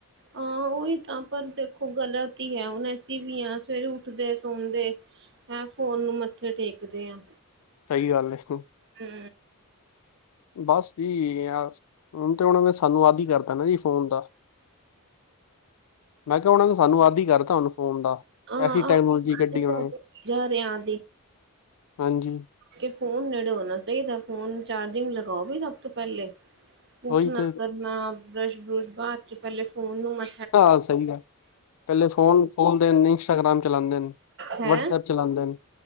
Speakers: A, on the right; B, on the left.
A: ਹਾਂ, ਓਹੀ ਤਾਂ ਪਰ ਦੇਖੋ ਗਲਤ ਐ ਹੁਣ ਅਸੀਂ ਵੀ ਆ ਸਵੇਰੇ ਉੱਠਦੇ ਸੌਦੇ ਹੈਂ ਫੋਨ ਨੂੰ, ਮੱਥੇ ਟੇਕਦੇ ਆਂ।
B: ਸਹੀ ਗੱਲ ਏ -
A: ਹੂੰ
B: ਬਸ ਜੀ, ਆ ਹੁਣ ਤੇ ਹੁਣ ਸਾਨੂੰ, ਆਦੀ ਕਰਤਾ ਤਾਂ ਜੀ ਫੋਨ ਦਾ, ਮੈਂ ਕਿਆ ਓਨਾ ਨੇ ਸਾਨੂੰ ਆਦੀ ਕਰ ਤੁਹਾਨੂੰ ਫੋਨ ਦਾ,
A: ਹਾਂ
B: ਐਸੀ ਟੈਕਨੋਲੋਜੀ ਕੱਢੀ ਓਨਾਂ।
A: ਜਾ ਰਿਹਾ
B: ਹਾਂਜੀ।
A: ਕਿ ਫੋਨ ਨੇੜੇ ਹੋਣਾ ਚਾਹੀਦਾ ਫੋਨ ਚਾਰਜਿੰਗ ਲਗਾਓ ਵੀ ਸਭ ਤੋਂ ਪਹਿਲੇ ਉੱਠਣਾ,
B: ਉਹੀ ਤੇ
A: ਕਰਨਾ ਬਰੱਸ਼ -ਬਰੁਸ਼ ਬਾਦ ਚ, ਪਹਿਲੇ ਫੋਨ ਨੂੰ ਮ
B: ਹਾਂ ਸਹੀ ਐ, ਪਹਿਲੇ, ਫੋਨ ਖੋਲਦੇ ਇੰਸਟਾਗ੍ਰਮ, ਚਲਾ ਦੇ ਨੇ
A: ਹੈਂ
B: ਵਟਸਐਪ ਚਲਾਂਦੇ ਨੇ